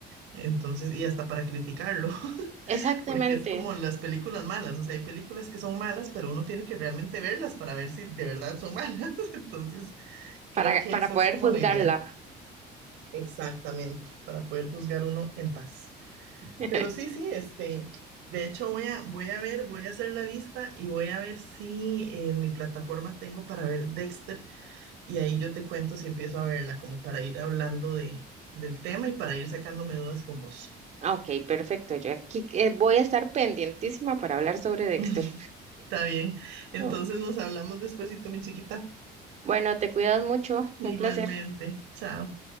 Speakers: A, on the right (about 80°); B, on the right (about 40°).
A: Entonces, y hasta para criticarlo, <laughs>
B: <laughs> Exactamente,
A: porque es como las películas malas. O sea, hay películas que son malas, pero uno tiene que realmente verlas para ver si de verdad son malas. <laughs> Entonces, creo
B: para,
A: que
B: para
A: esa
B: poder
A: es como
B: juzgarla.
A: la idea. Exactamente, para poder juzgar uno en paz.
B: <laughs>
A: Pero sí, sí, este, de hecho voy a, voy a ver, voy a hacer la lista y voy a ver si en mi plataforma tengo para ver Dexter y ahí yo te cuento si empiezo a verla, como para ir hablando de, del tema y para ir sacándome dudas con vos.
B: Ok, perfecto. Yo aquí eh, voy a estar pendientísima para hablar sobre Dexter.
A: <laughs> Está bien, entonces
B: Oh.
A: nos hablamos despuesito, mi chiquita.
B: Bueno, te cuidas mucho,
A: Igualmente,
B: un placer.
A: chao.